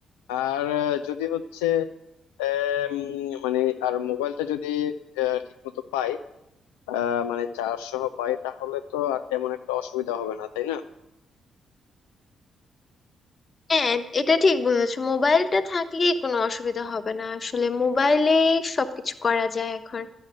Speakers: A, on the left; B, on the left.
A: আর আহ, যদি হচ্ছে আহ, উম, মানে আর মোবাইলটা যদি ঠিক মতো পাই আহ মানে চারশো পাই তাহলে তো আর তেমন একটা অসুবিধা হবে না তাই না
B: হ্যাঁ এটা ঠিক বলেছো মোবাইলটা থাকলেই কোনো অসুবিধা হবে না আসলে মোবাইলে সবকিছু করা যায় এখন